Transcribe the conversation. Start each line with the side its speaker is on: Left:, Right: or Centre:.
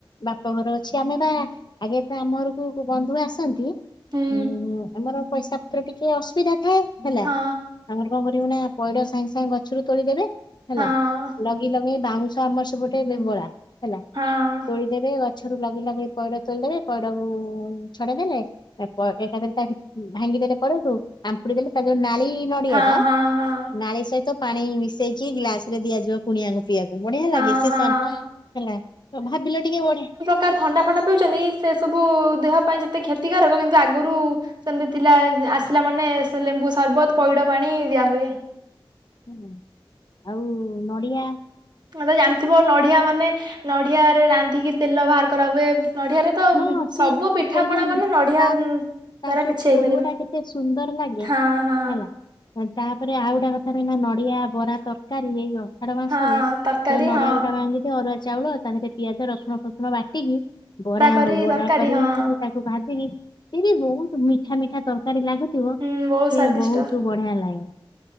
Left: ବାପଘର ଅଛି ଆମେ ବା ଆଗେ ଏ ଆମ ଘରକୁ ବନ୍ଧୁ ଆସନ୍ତି
Right: ହୁଁ
Left: ହୁଁଁ ଆମର ପଇସା ପତ୍ର ଟିକେ ଅସୁବିଧା ଥାଏ ହେଲା
Right: ହଁ
Left: ଆମର କଣ କରିବୁ ନା- ପଇଡ଼ ସାଙ୍ଗେ ସାଙ୍ଗେ ଗଛରୁ ତୋଳିଦେବେ ହେଲା
Right: ହଁ
Left: ଲଗି ଲଗ ଏ ବାଉଁଶ ଆମର ସେପଟେ ବିଙ୍ଗଳା ହେଲା
Right: ହଁ।
Left: ତୋଳିଦେବେ ଗଛରୁ ଲଗି ଲଗେଇ ପଇଡ ତୋଳିଦେବେ ପଇଡକୁ ଛଡେଇ ଦେଲେ ତା ଏକାଥରେ ତା ଭାଙ୍ଗିଦଲେ ପଇଡ କୁ ଆମ୍ପୁଡି ଦେଲେ ତା ଯୋଉ ନାଳି ନଡିଆ
Right: ହଁ
Left: ଟା
Right: ହଁ ହଁ
Left: ନାଳି ସହିତ ପାଣି ମିଶେଇକି ଗ୍ଲାସ ରେ ଦିଆଯିବ କୁଣିଆଙ୍କୁ ପିଇବାକୁ ବଢିଆ
Right: ହଁ
Left: ଲାଗେ ସେ
Right: ହଁ
Left: ସନ୍ ହେଲା ଭାବିଲ ଟିକେ ବଢିଆ
Right: କାରାର୍ ଥଣ୍ଡା ଫଣ୍ଡା ପିଉଛନ୍ତି ସେ ସବୁ ଦେହ ପାଇଁ ଯେତେ କ୍ଷତିକାରକ କିନ୍ତୁ ଆଗରୁ ସେମତି ଥିଲା ଆସିଲା ମାନେ ଲେମ୍ବୁ ସର୍ବତ ପଇଡ ପାଣି ଦିଆ ହଏ
Left: ହୁଁ ଆଉ ନଡ଼ିଆ
Right: ମ ତେ ଜାଣିଥିବ ନଡିଆ ମାନେ ନଡିଆରେ ରାନ୍ଧିକି ତେଲ ବାହାର କରା ହୁଏ ନଡିଆରେ ତ
Left: ହଁ ସେ
Right: ସବୁ ପିଠାପଣା
Left: ସେଇ ଯୋଉ
Right: ମାନେ ନଡିଆ
Left: ତା ତା ଯୋଉ
Right: କିଛି ହେଇପାରିବନି
Left: କୋରୁଅ ଟା କେତେ ସୁନ୍ଦର ଲାଗେ
Right: ହଁ
Left: ହେଲା
Right: ହଁ
Left: ତାପରେ ଆଉ ଗୋଟେ କଥା ରହିଲା ନଡିଆ ବରା ତରକାରୀ ଏଇ ହ ଆଷାଢ ମାସରେ
Right: ହଁ ତରକାରୀ
Left: ନଡିଆ
Right: ହଁ
Left: ଗୋଟା ଭାଙ୍ଗି ଥିବ ଅରୁଆ ଚାଉଳ ତାହରେ ପିଆଜ ରସୁଣ ଫସୁଣ ବାଟିକି ବରା ହ
Right: କରି
Left: ବରା
Right: ତରକାରୀ
Left: କରିକି
Right: ହଁ
Left: ତାକୁ ଭାଜିକି ସେ ବି ବହୁତ ମିଠା ମିଠା ତରକାରୀ ଲାଗୁଛି ଥିବ ସେ
Right: ହୁଁ ବହୁତ ସ୍ଵାଦିଷ୍ଟ
Left: ବହୁତ ବଢିଆ ଲାଗେ।